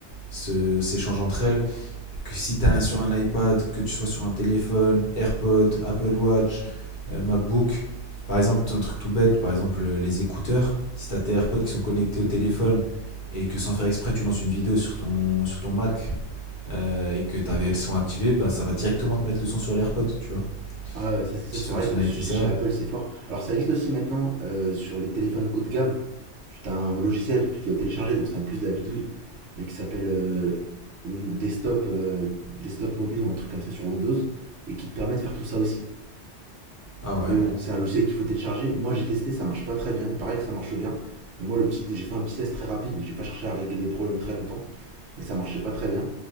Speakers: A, on the left; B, on the right.
A: se- s'échangent entre elles. Que si tu as sur un iPad, que tu sois sur un téléphone, AirPod, Apple Watch, euh, MacBook, par exemple un truc tout bête, par exemple euh, les écouteurs. Si tu as tes AirPods qui sont connectés au téléphone et que sans faire exprès tu lances une vidéo sur ton sur ton Mac euh, et que tu avais le son activé, bah, ça va directement te mettre le son sur l'AirPod, tu vois.
B: Ah ouais, ça c'est ça
A: Petite
B: c'est
A: fonctionnalité
B: vrai que chez
A: ça.
B: Apple c'est fort. Alors ça existe aussi maintenant euh, sur les téléphones haut de gamme tu as un logiciel que tu dois télécharger, donc c'est un plus de la bidouille, mais qui s'appelle euh, Win- Desktop, euh, Desktop Mobile ou un truc comme ça sur Windows, et qui te permet de faire tout ça aussi.
A: Ah ouais.
B: Mais bon, c'est un logiciel qu'il faut télécharger. Moi j'ai testé, ça marche pas très bien. Il paraît que ça marche bien. Mais moi le petit, j'ai fait un petit test très rapide. J'ai pas cherché à régler les problèmes très longtemps, mais ça marchait pas très bien.